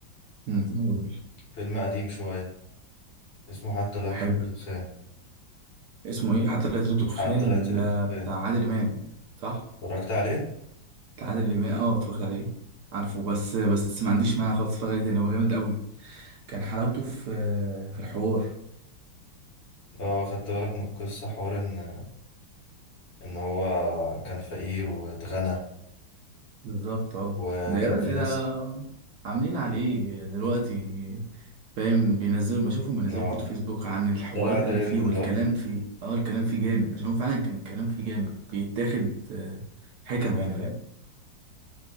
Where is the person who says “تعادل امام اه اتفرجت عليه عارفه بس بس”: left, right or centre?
Right